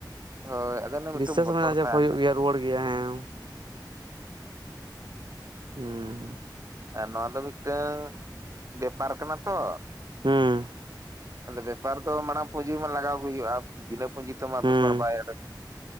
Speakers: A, on the right; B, on the right.
A: ᱦᱳᱭ ᱟᱫᱚ ᱚᱱᱮ ᱢᱤᱫᱴᱟᱝ
B: ᱵᱤᱥᱟᱹᱥ
A: ᱵᱚᱛᱚᱨ
B: ᱢᱮᱱᱟᱜᱼᱟ ᱡᱮ
A: ᱛᱟᱦᱮᱱᱟ
B: ᱦᱩᱭᱩᱜ ᱜᱮᱭᱟ, ᱨᱩᱣᱟᱹᱲ ᱜᱮᱭᱟ ᱦᱮᱸ ᱦᱩᱸ᱾
A: ᱟᱨ ᱱᱚᱣᱟ ᱫᱚ ᱢᱤᱫᱴᱮᱝ ᱵᱮᱯᱟᱨ ᱠᱟᱱᱟ ᱛᱚ,
B: ᱦᱩᱸ᱾
A: ᱟᱫᱚ ᱵᱮᱯᱟᱨ ᱫᱚ ᱢᱟᱲᱟᱝ ᱯᱩᱸᱡᱤ ᱢᱟ ᱞᱟᱜᱟᱣ ᱜᱮ ᱦᱩᱭᱩᱜᱼᱟ ᱵᱤᱱᱟᱹ ᱯᱩᱸᱡᱤᱛᱮ ᱢᱟ
B: ᱦᱩᱸ
A: ᱵᱮᱯᱟᱨ ᱵᱟᱭ <unintelligible>